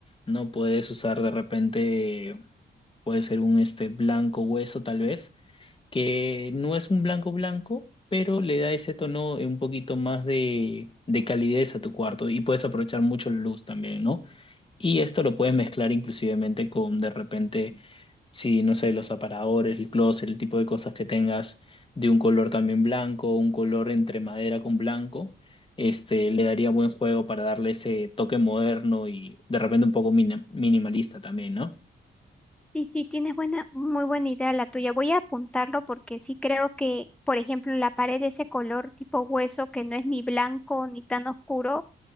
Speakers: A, on the left; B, in the centre.
A: No puedes usar de repente, puede ser un este blanco hueso tal vez que no es un blanco blanco, pero le da ese tono eh, un poquito más de, de calidez a tu cuarto y puedes aprovechar mucho la luz también, ¿no? Y esto lo puedes mezclar inclusivemente con de repente, si no sé, los aparadores, el closet, el tipo de cosas que tengas de un color también blanco, un color entre madera con blanco. Este, le daría buen juego para darle ese toque moderno y de repente un poco mina- minimalista también, ¿no?
B: Sí, sí, tienes buena, muy buena idea la tuya. Voy a apuntarlo porque sí creo que, por ejemplo, la pared de ese color tipo hueso que no es ni blanco ni tan oscuro.